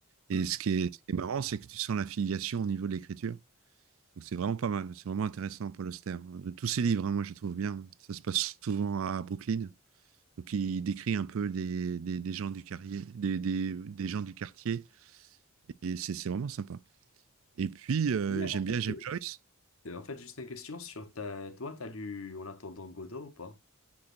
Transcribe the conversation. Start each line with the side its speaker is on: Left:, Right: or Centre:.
Right: Et
Left: Mm.
Right: ce qui est, ce qui est marrant, c'est que tu sens l'affiliation au niveau de l'écriture. Donc c'est vraiment pas mal, c'est vraiment intéressant, Paul Auster. Euh, Tous ses livres, hein, moi je les trouve bien. Ça se passe souvent à Brooklyn. Donc il décrit un peu des, des, des gens, du quartier, des, des, des gens du quartier. Et c'est c'est vraiment sympa. Et puis euh,
Left: Hier,
Right: j'aime
Left: En
Right: bien
Left: fait,
Right: James Joyce.
Left: euh, en fait, juste une question sur ta, toi, t'as lu En attendant Godot ou pas?